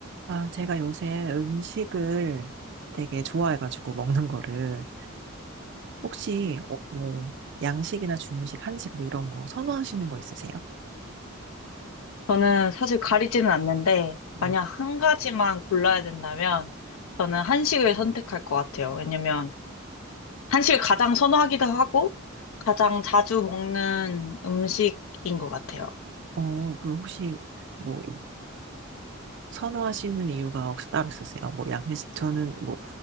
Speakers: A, on the right; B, on the left.
A: 아, 제가 요새 음식을 되게 좋아해가지고 먹는 거를 혹시 어, 뭐 양식이나 중식, 한식 뭐 이런 거 선호하시는 거 있으세요?
B: 저는 사실 가리지는 않는데,
A: 네.
B: 만약 한 가지만 골라야 된다면, 저는 한식을 선택할 것 같아요. 왜냐면, 한식을 가장 선호하기도 하고, 가장 자주 먹는 음식인 것 같아요.
A: 어, 그 혹시 뭐 선호하시는 이유가 혹시 따로 있으세요? 뭐 양식 저는 뭐